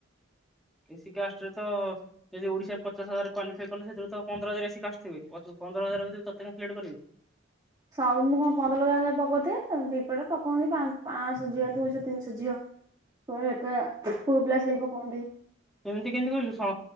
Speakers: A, in the centre; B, on the right.
A: ଏ ସି କାଷ୍ଟରେ ତ ଯେଦି ଓଡିଶାରେ ପଚାଶ ହଜାର କ୍ୱାଲିଫାଇ କଲେ ସେଥିରୁ ତ ପନ୍ଦର ହଜାର ଏ ସି କାଷ୍ଟ୍ ଥିବେ ପଚ ପନ୍ଦର ହଜାର ଭିତରୁ ତତେ କାଇଁ ସିଲେକ୍ଟ୍ କରିବେ?
B: ସବୁ ଦିନ କଁ ପନ୍ଦର ହଜାର ନେଖା ପକଉଥିବେ ଦି ପଟେ ପକଉଛନ୍ତି ପାଁ ପାଁଶହ ଝିଅ ଦୁଇଶହ ତିନିଶହ ଝିଅ।
A: ହ
B: ତୋର ଏତେ ପୁଅ ପିଲା ଆସିକି ଗପନ୍ତି।
A: ସେମିତି କେମିତି ଗଲୁ ସ